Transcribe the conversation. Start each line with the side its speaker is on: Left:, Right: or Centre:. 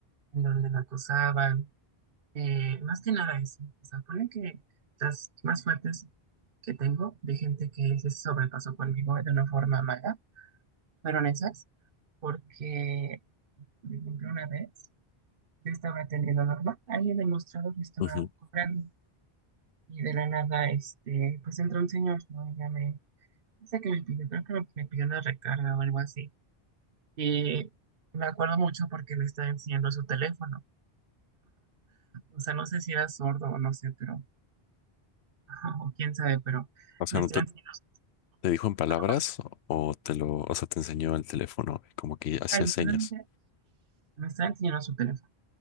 Right: en donde la acosaban, eh, más que nada eso. O sea, ponen que las más fuertes que tengo de gente que se sobrepasó conmigo de una forma mala fueron esas, porque, por ejemplo, una vez yo estaba atendiendo normal, ahí el demostrador me estaba
Left: Ujú.
Right: cobrando y de la nada, este, pues entró un señor, ¿no? Y ya me No sé qué me pidió, creo que me, me pidió una recarga o algo así. Y me acuerdo mucho porque me estaba enseñando su teléfono. O sea, no sé si era sordo o no sé, pero, <laughs> o quién sabe, pero
Left: O sea,
Right: me
Left: ¿no
Right: estaba
Left: te,
Right: enseñando su
Left: te dijo en
Right: teléfono.
Left: palabras
Right: O sea,
Left: o te lo, o sea, te enseñó el teléfono y como que hacía
Right: ah, literalmente
Left: señas?
Right: me estaba enseñando su teléfono.